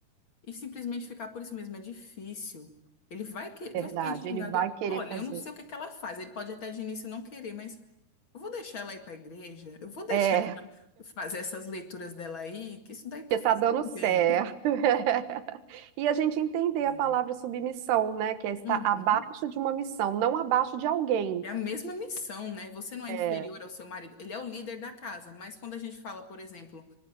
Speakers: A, on the left; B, on the right.
A: e simplesmente ficar por isso mesmo. É difícil. Ele vai, que...
B: verdade,
A: vai ficar instigado.
B: ele vai querer
A: Olha,
B: fazer.
A: eu não sei o que que ela faz. Ele pode até de início não querer, mas eu vou deixar ela ir para a igreja. Eu vou deixar
B: É,
A: <laughs> fazer essas leituras dela aí, que isso daí tá
B: porque
A: fazendo
B: tá dando
A: bem.
B: certo. <laughs> E a gente entender
A: É.
B: a palavra submissão, né? Que é estar
A: Uhum.
B: abaixo de uma missão, não abaixo de alguém.
A: É a mesma missão, né? Você não
B: É,
A: é inferior ao seu marido. Ele é o líder da casa, mas quando a gente fala, por exemplo,